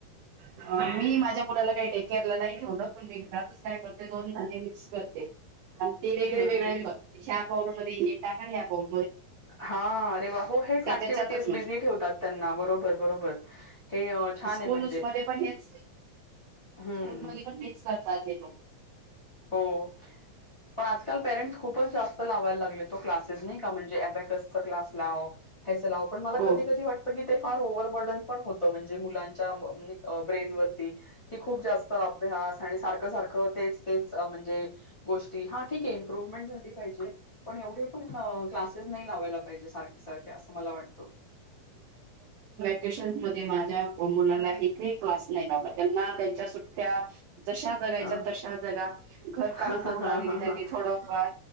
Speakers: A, on the right (about 75°); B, on the left (about 25°).
A: मी माझ्या मुलाला काही डे केअरला नाही ठेवल, पण मी घरातच काय करते, दोन धान्य मिक्स करते. आणि ते वेगळे
B: हं,
A: वेगळे,
B: हं.
A: ह्या <unintelligible> ये टाका या पाल
B: हा अरे वा हो हेच ऍक्टिव्हटीज
A: त्याच्यातच नसतो
B: बिझी ठेवतात त्यांना बरोबर बरोबर हे छान
A: स्कूलच
B: आहे म्हणजे.
A: मध्ये पण हेच
B: हं.
A: स्कूल मध्ये पण हेच करतात हे लोक
B: हो पण आजकाल पेरेंट्स खूपच च जास्त ते लावायला लागले तो क्लासेस नाही का म्हणजे एबॅकसचा क्लास लाव ह्याच लाव पण मला
A: हो.
B: कधी कधी वाटतं की ते फार ओवरबर्डन पण होत ते म्हणजे मुलांच्या ब्रेन वरती की खूप जास्त अभ्यास सारख सारखं तेच तेच म्हणजे गोष्टी ठीक इव्हमूरमेट झाली पाहिजे पण एवढेपण कलासेस नाही ना लावायला पाहिजे सारखे सारखे असं मला वाटत
A: विशेष म्हणजे माझ मुला एक क्लास नाही लावला त्यांना त्यांच्या सुटया जशा जगायच्या
B: हा
A: तशा जगा घर काम
B: हा
A: करू
B: हा
A: लागलीच
B: हा
A: आहे
B: हा
A: मी थोडंफार